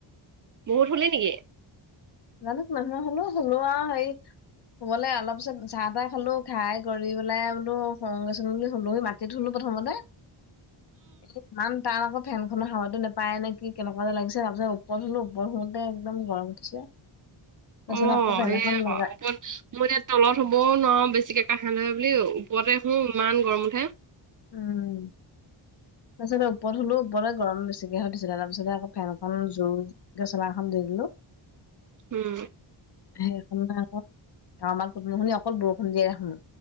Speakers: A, on the right; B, on the left.
A: বহুত শুলি নেকি?
B: জানো কিমান সময় শুলো, শুলো আৰু হেৰি শুৱলে অলপ পিছত চাহ তাহ খালোঁ খাই কৰি পেলাই বোলো শুৱগে চোন বুলি শুলোৱে মা মাটিত শুলো প্ৰথমতে ইমান তাত আকৌ ফেনখনৰ হাৱাতো নাপায় নে কি কেনেকুৱা যে লাগিছে তাৰপিছত ওপৰত শুলো ওপৰত শুতে একদম গৰম উঠিছে। তাৰপিছত
A: অ'
B: আকৌ ফেন
A: সেয়া
B: এখন
A: আকৌ
B: লগাই
A: ওপৰত মই এতিয়া তলত শুবও নোৱাৰো বেছিকে কাহ আহে বুলি ওপৰতে শোওঁ ইমান গৰম উঠে।
B: উম তাৰপিছতে ওপৰত শুলোঁ ওপৰতে গৰম বেছিকেহে উঠিছিলে তাৰপিছতে আকৌ ফেনখন জোৰ জোৰকে চলা এখন দি দিলোঁ
A: উম
B: সেই <unintelligible> ডাৱৰৰ মাত শুনি-শুনি অকল বৰষুণ দিয়া শুনো,